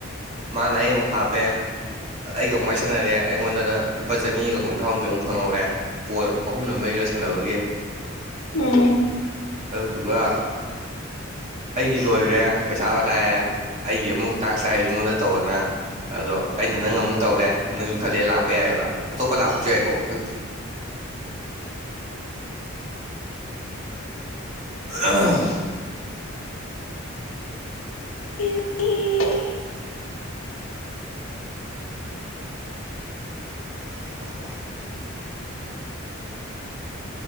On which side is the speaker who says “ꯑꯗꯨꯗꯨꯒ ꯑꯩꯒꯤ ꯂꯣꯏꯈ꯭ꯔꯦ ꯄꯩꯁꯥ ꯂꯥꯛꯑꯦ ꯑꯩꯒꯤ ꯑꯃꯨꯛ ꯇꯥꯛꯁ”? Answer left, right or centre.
Right